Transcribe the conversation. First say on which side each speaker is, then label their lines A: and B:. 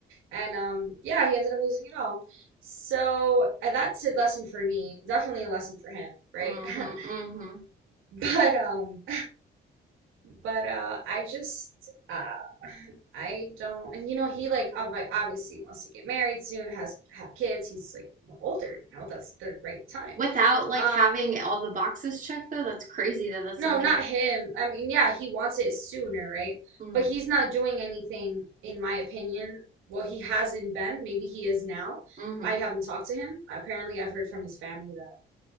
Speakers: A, on the right; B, on the right.
A: And um, yeah, he ended up losing it all. So uh, that's a lesson for me, definitely a lesson for him, right?
B: Mm-hmm,
A: <laughs>
B: mm-hmm.
A: But um but uh I just uh <sighs> I don't and you know he like ob- like, obviously wants to get married soon, has have kids, he's like you know, older, you know, that's the right time.
B: Without like
A: Um
B: having all the boxes checked though, that's crazy that that's
A: no,
B: something.
A: not him. I mean, yeah, he wants it sooner, right?
B: Mm,
A: But he's not doing anything in my opinion. Well, he hasn't been, maybe he is now.
B: mm-hmm,
A: I haven't talked to him. Apparently, I've heard from his family that